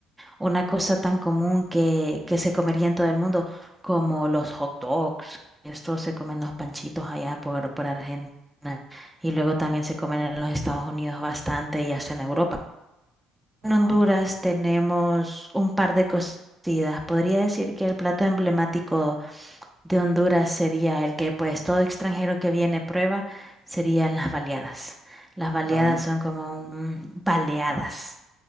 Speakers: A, in the centre; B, on the right.
A: una cosa tan común que, que se comería en todo el mundo, como los hot dogs. Esto se comen los panchitos allá por, por Argentina y luego también se comen en los Estados Unidos bastante y hasta en Europa.
B: Ajá.
A: En Honduras tenemos un par de cocidas. Podría decir que el plato emblemático de Honduras sería el que pues todo extranjero que viene prueba serían las baleadas. Las baleadas
B: Bali,
A: son como un, baleadas,
B: ajá.